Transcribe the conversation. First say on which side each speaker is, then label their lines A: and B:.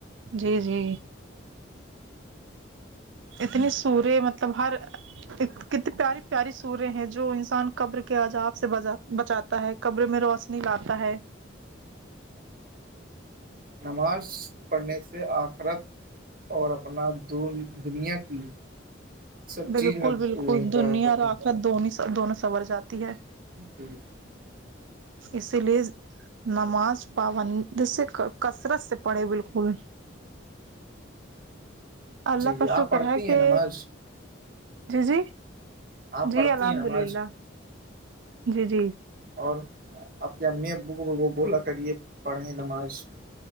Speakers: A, on the right; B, on the right.
A: جی جی اتنی سورے مطلب ہر کتنی پیاری پیاری سوریں ہیں جو انسان قبر کے عج آاب سے با بچاتا ہے کبرے میں روشنی لاتتا ہے
B: نماز پڑھنے سے آخرت اور اپنا د دنیا کی سب
A: بالکل
B: چیز میں وہ
A: بالکل
B: ہوتا
A: دنیا
B: ہے
A: اور آخر دون دونوں سنور جاتی ہے
B: ی <inaudible> <inaudible>
A: اس لیے نماز پابندی سے کثرت سے پڑھے بالکل اللہ
B: جی جی
A: کا
B: آپ
A: شکر
B: پڑھتی
A: ہے کہ
B: ہیں نماز
A: جی جی
B: آپ
A: جی
B: پڑھتی
A: الحمد
B: ہیں نماز
A: للہ جی جی
B: اور آپ کے امی ابو کو وہ بولا کریے پڑھیں نماز